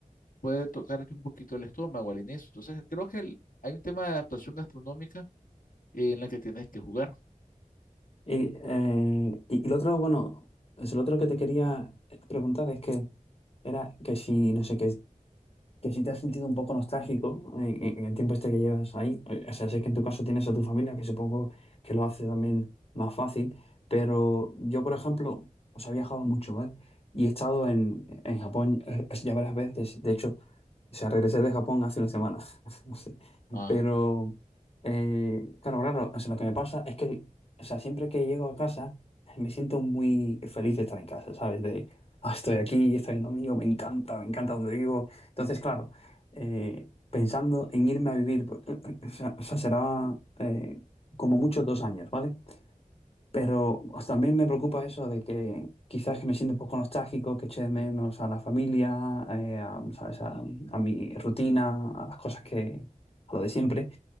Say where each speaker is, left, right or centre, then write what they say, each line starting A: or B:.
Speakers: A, on the left; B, on the left.
A: puede tocarte un poquito el estómago al inicio. Entonces creo que el- hay un tema de adaptación gastronómica eh, en la que tienes que jugar.
B: Y, eh, y, y lo otro, bueno, es lo otro que te quería preguntar es que era que si, no sé qué, que si te has sentido un poco nostálgico en, en- en el tiempo este que llevas ahí, Eh, o sea, sé que en tu caso tienes a tu familia, que supongo que lo hace también más fácil, pero yo, por ejemplo, os he viajado mucho, ¿vale? Y he estado en, en Japón eh, ya varias veces, de hecho, o sea, regresé de Japón hace una semana, <laughs> no sé,
A: Ah,
B: pero, eh, claro, claro, o sea, lo que me pasa es que, o sea, siempre que llego a casa, me siento muy feliz de estar en casa, ¿sabes? De, ah, estoy aquí, estoy en lo mío, me encanta, me encanta donde vivo. Entonces, claro, eh, pensando en irme a vivir, pues, <laughs> o sea, o sea, será eh, como mucho dos años, ¿vale? Pero pues, también me preocupa eso de que quizás que me siento un poco nostálgico, que eche de menos a la familia, eh, a, ¿sabes? A, a mi rutina, a las cosas que, a lo de siempre.